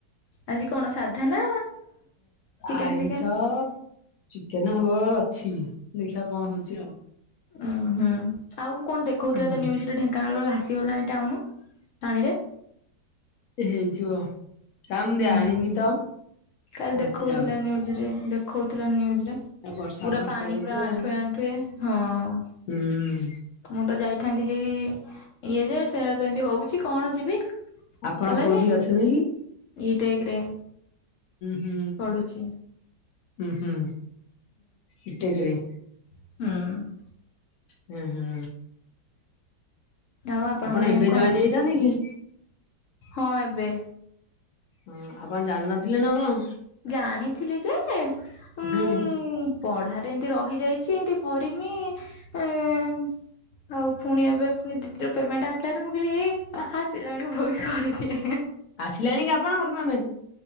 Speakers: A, on the left; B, on the left.
A: ଆଜି କଣ ସାଧା ନା ଚିକେନ
B: ଆଇଁଷ
A: ଫିକେନ
B: ଚିକେନା ହବ ଅଛି ଦେଖିବା କଣ ହଉଛି ଆଉ?
A: ଓ ହୁଁ ଆଉ କଣ ଦେଖଉଥିଲା
B: ହୁଁ
A: ତ ନ୍ୟୁଜରେ ଢେଙ୍କାନାଳର ଭାଷ ସି ଗଲାଣି ଟାଉନ ପାଣି ରେ।
B: ହେଇଥିବ କାଇଁ ମୁଁ
A: ହୁଁ
B: ଜାଣିନି
A: ହୁଁ
B: ତ?
A: କାଲି
B: ଭାସିଯାଉ
A: ଦେଖଉଥିଲା ନିୟୁଜ ରେ ଦେଖଉଥିଲା ନିୟୁଜ ରେ।
B: ଆଉ ବର୍ଷା
A: ପୁରା
B: ଫର୍ଷା
A: ପାଣି
B: ଯୋଗୁ
A: ପୁରା ଆଣ୍ଠୁଏ
B: ଆଉ
A: ଆଣ୍ଠୁଏ ହଁ।
B: ହୁଁ ହୁଁ।
A: ମୁଁ ତ ଯାଇଥାନ୍ତି ହେଇ ଇଏ ଯେଏ ସେ ତ ଏମିତି ହଉଛି କଣ ଯିବି?
B: ଆପଣ
A: କଲେଜ
B: କୋଉଠି ଅଛନ୍ତି କି?
A: ଇ ଟେକ ରେ।
B: ହୁଁ
A: ପଢୁଛି
B: ହୁଁ ହୁଁ ଇ ଟେକରେ।
A: ହଁ।
B: ହୁଁ ହୁଁ।
A: ଆଉ ଆପଣଙ୍କର
B: ଆପଣ ଏବେ
A: ଏମ୍ କଣ?
B: ଜଏନ ହେଇଛନ୍ତି କି?
A: ହଁ ଏବେ।
B: ହଁ ଆପଣ ଜାଣିନଥିଲେ ନା କଣ?
A: ଜାଣିଥିଲି ଯେ ମୁଁ
B: ହୁଁ।
A: ପଢାରେ ଏମତି ରହିଯାଇଛି ଏମତି କରିନି ଉଁ ଆଉ ପୁଣି ଏବେ ପୁଣି ଦିଦିର ପେମେଣ୍ଟ ଆସିଲାଣି ମୁଁ କହିଲି ଏଇ ପାଖା ଆସିଲାଣି ମୁଁ ବି କରିିଦିଏ।
B: ଆସିଲାଣି କି ଆପଣଙ୍କର ପେମେଣ୍ଟ?